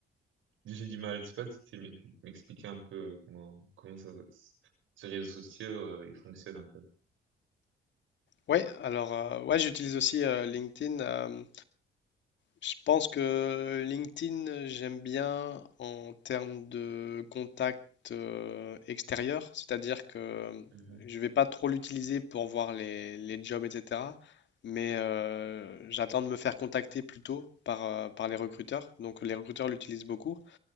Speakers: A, on the right (about 80°); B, on the left (about 65°).
A: j'ai du mal, je sais pas si tu sais m'ex- m'expliquer un peu euh, comment, comment ça, ce réseau social, euh, il fonctionne un peu.
B: Ouais, alors euh, ouais, j'utilise aussi euh, LinkedIn. euh, je pense que LinkedIn, euh, j'aime bien en termes de contact euh, extérieur, c'est-à-dire que
A: Mhm,
B: je vais pas trop l'utiliser pour voir les, les jobs, etc. Mais euh, j'attends de me faire contacter plutôt par, euh, par les recruteurs. Donc les recruteurs l'utilisent beaucoup.